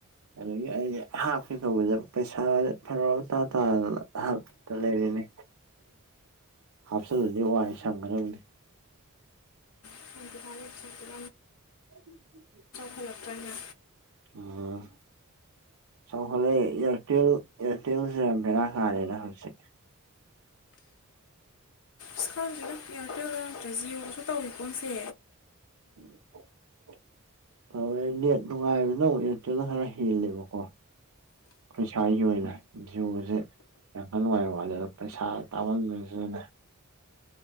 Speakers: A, on the right; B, on the left.
A: ꯑꯗꯒꯤ ꯑꯩ ꯍꯥꯞꯀꯦ ꯇꯧꯕꯁꯦ ꯄꯩꯁꯥꯁꯦ ꯐꯔꯛ ꯑꯃꯥ ꯏꯇꯥ ꯇꯥꯗꯅ ꯍꯞ ꯇꯥ ꯂꯩꯔꯦꯅꯦ ꯍꯥꯞꯆꯜꯂꯗꯤ ꯋꯥꯏ ꯁꯪꯒ꯭ꯗꯕꯅꯦ
B: ꯍꯧꯖꯤꯛꯀꯥꯟꯗꯤ ꯄꯩꯁꯥꯁꯨ
A: ꯎ ꯎ ꯎ
B: ꯍꯂꯛꯄ꯭ꯔꯅ
A: ꯑꯣ ꯆꯥꯎꯈꯠꯂꯦ ꯏꯌꯥꯔꯇꯦꯜ ꯑꯦꯌꯥꯔꯇꯦꯜꯁꯤ ꯌꯥꯝ ꯕꯦꯔꯥ ꯀꯥꯔꯦꯅ ꯍꯧꯖꯤꯛꯁꯦ
B: ꯁꯤ ꯈꯗꯄꯤ ꯌꯥꯇꯣ ꯑ꯭ꯔꯖꯤꯨ ꯈ ꯇꯧꯔꯤꯀꯣꯁꯦ
A: <inaudible> ꯇꯧꯋꯦ ꯅꯦꯠ ꯅꯨꯡꯉꯥꯏꯕ ꯅꯪ ꯑꯦꯌꯥꯔꯇꯦꯜꯗ ꯈꯔ ꯍꯦꯜꯂꯦꯕꯀꯣ ꯑꯩꯈꯣꯏ ꯏꯁꯥꯒꯤ ꯑꯣꯏꯅ ꯒꯁꯦ ꯌꯥꯝꯈ ꯅꯨꯡꯉꯥꯏꯕ ꯋꯥꯠꯂꯦ ꯑꯗꯣ ꯄꯩꯁꯥ ꯇꯥꯃꯟꯗꯣꯏꯅꯤꯁꯨ ꯅꯅꯦ